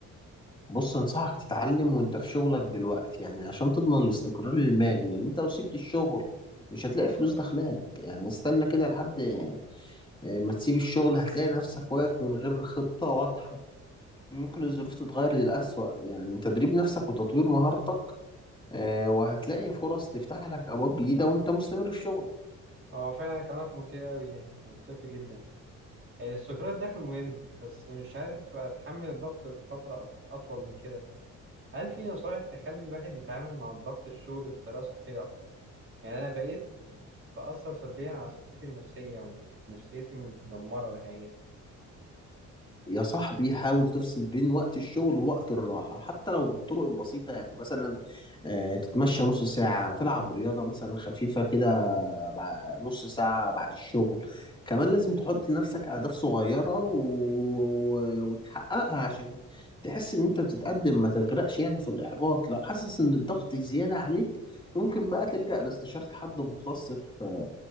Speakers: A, on the left; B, on the right.
A: بص انصحك تتعلم وانت في شغلك دلوقتي يعني عشان تضمن الاستقرار المالي لان انت لو سبت الشغل مش هتلاقي فلوس داخلالك يعني استنى كده لحد آه، ما تسيب الشغل هتلاقي نفسك واقف من غير خطة واضحة ممكن الظروف تتغير للأسوأ يعني تدريب نفسك وتطوير مهارتك آه، وهتلاقي فرص تفتح لك أبواب جديدة وانت مستمر في شغلك
B: أه فعلا كلامك منطقي أوي يعني منطقي جدا آه، استقرار الدخل مهم بس مش عارف أتحمل الضغط لفترة أط- أطول من كده هل في نصايح تخلي الواحد يتعامل مع الضغط الشغل بطريقة صحية أكتر؟ يعني أنا بقيت بأثر سلبيا على صحتي النفسية ونفسيتي متدمرة نهائيا
A: يا صاحبي حاول تفصل بين وقت الشغل ووقت الراحة حتى لو بالطرق البسيطة يعني مثلا آه، تتمشى نص ساعة تلعب رياضة مثلا خفيفة كده بع- نص ساعة بعد الشغل كمان لازم تحط لنفسك أهداف صغيرة و... و- وتحققها عشان تحس إن أنت بتتقدم ما تغرقش يعني في الإحباط لو حاسس إن الضغط زيادة عليك ممكن بقى تلجأ لاستشارة حد مختص في